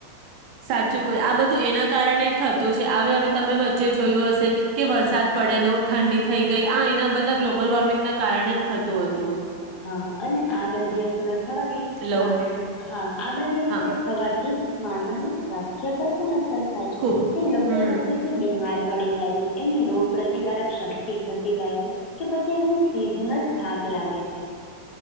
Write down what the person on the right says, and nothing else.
સાચું કોઈ, આ બધું એના કારણે જ થતું છે હવે હવે તમે વચ્ચે જોયું હશે કે વરસાદ પડેલો ઠંડી થઈ ગઈ આ એના બધાં ગ્લોબલ વોર્મિંગના કારણે જ થતું હતું.
લો
હા
ખુબ
હમ